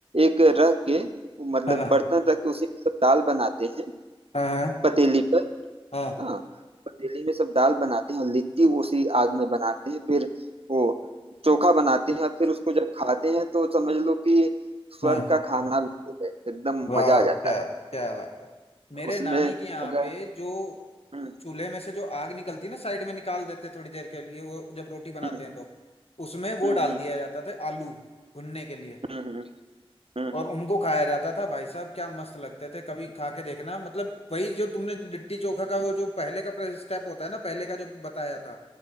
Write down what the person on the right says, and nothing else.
एक रख के मतलब
बर्तन रख के उसी पे सब दाल बनाते हैं
पतीली पर
हाँ पतीली में सब दाल बनाते हैं और लिट्टी वो उसी आग में बनाते हैं फिर वो चोखा बनाते हैं और फिर उसको जब खाते हैं तो समझ लो कि स्वर्ग
का खाना भी हो गया, एकदम
मजा आ जाता
है
उसमें
अगर
हम्म
हम्म
हम्म
हम्म हम्म हम्म हम्म
हम्म।